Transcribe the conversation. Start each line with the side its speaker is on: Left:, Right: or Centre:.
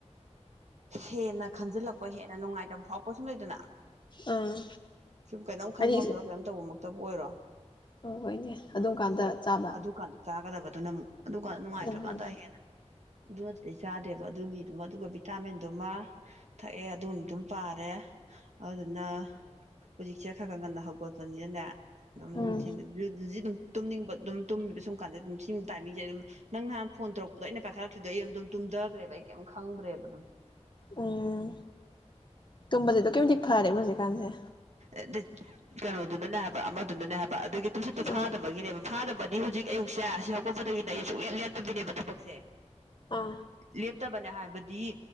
Right: <inaudible> ꯍꯦꯟꯅ ꯈꯟꯖꯤꯜꯂꯛꯄ ꯍꯦꯟꯅ ꯅꯨꯡꯉꯥꯏꯇꯕ ꯐꯥꯎꯔꯛꯄ ꯁꯨꯝ ꯂꯩꯗꯅ
Left: ꯑꯥ
Right: ꯁꯨꯝ ꯀꯩꯅꯣꯝ ꯈꯟꯕꯃꯛꯇꯔꯣ
Left: ꯍꯥꯏꯗꯤ
Right: ꯀꯩꯅꯣꯝ ꯇꯧꯕꯃꯛꯇꯕꯨ ꯑꯣꯏꯔꯣ
Left: ꯍꯣꯏꯅꯦ
Right: ꯎꯝ
Left: ꯑꯗꯨꯝ ꯀꯥꯟꯗ
Right: ꯍꯣꯏ
Left: ꯆꯥꯕ
Right: ꯑꯗꯨꯀꯥꯟꯗ ꯆꯥꯒꯗꯕꯗ ꯅ ꯑꯗꯨꯅꯝ ꯑꯗꯨꯒ ꯅꯨꯡꯉꯥꯏꯇ꯭ꯔ
Left: ꯎꯝ
Right: ꯀꯥꯟꯗ ꯍꯦꯟꯅ ꯑꯗꯨ ꯅꯠꯇ꯭ꯔꯗꯤ ꯆꯥꯗꯦꯕ ꯑꯗꯨꯒꯤ ꯃꯗꯨꯒ ꯚꯤꯇꯥꯃꯤꯟꯗꯨꯃ ꯊꯛꯑꯦ ꯑꯗꯨꯅ ꯑꯗꯨ ꯑꯅꯤꯗꯨꯝ ꯄꯥꯔꯦ ꯑꯗꯨꯅ ꯍꯨꯖꯤꯛꯁꯦ ꯈꯔ ꯈꯔ ꯉꯟꯅ ꯍꯧꯒꯠꯄꯅꯤꯅꯅꯦ ꯑꯗꯨꯝ
Left: ꯎꯝ
Right: ꯅꯨꯡꯊꯤꯟ ꯗꯨ ꯖꯤ ꯗꯨꯝ ꯇꯨꯝꯅꯤꯡꯕ ꯑꯗꯨꯝ ꯇꯨꯝꯃꯦꯕ ꯁꯨꯝ ꯀꯥꯟꯗ ꯗꯨꯝ ꯁꯤ ꯇꯥꯏꯃꯤꯡꯁꯦ ꯑꯗꯨꯝ ꯅꯪ ꯅꯍꯥꯟ ꯐꯣꯟ ꯇꯧꯔꯛꯄꯗꯣ ꯑꯩꯅ ꯄꯥꯏꯈꯠꯂꯛꯇ꯭ꯔꯤꯗꫭ ꯑꯩ ꯑꯗꯨꯝ ꯇꯨꯝꯊꯈ꯭ꯔꯦꯕ ꯑꯩ ꯀꯩꯝ ꯈꯪꯗ꯭ꯔꯦꯕ ꯑꯗꯨꯝ
Left: ꯎꯝ ꯇꯨꯝꯕꯁꯤ ꯑꯗꯨꯛꯀꯤ ꯃꯇꯤꯛ ꯐꯔꯦ ꯍꯧꯖꯤꯛ ꯀꯥꯟꯁꯦ
Right: ꯑꯗꯦ ꯀꯩꯅꯣꯗꯨꯅꯅꯦ ꯍꯥꯏꯕ ꯑꯃꯗꯨꯅꯅꯦ ꯍꯥꯏꯕ ꯑꯗꯨꯒꯤ ꯇꯨꯝꯁꯨꯠꯇꯨ ꯐꯥꯗꯕꯒꯤꯅꯦꯕ
Left: ꯎꯝ
Right: ꯐꯥꯗꯕ ꯑꯗꯨ ꯍꯧꯖꯤꯛ ꯑꯌꯨꯛꯁꯦ ꯁꯤ ꯍꯧꯀꯠꯄꯗꯒꯤꯗꯤꯅꯦ ꯑꯩ ꯁꯨꯛꯂꯦꯞ ꯂꯦꯞꯇꯕꯤꯅꯦꯕ ꯊꯕꯛꯁꯦ
Left: ꯑꯥ
Right: ꯂꯦꯞ ꯐꯠꯇꯕꯅꯦ ꯍꯥꯏꯕꯗꯤ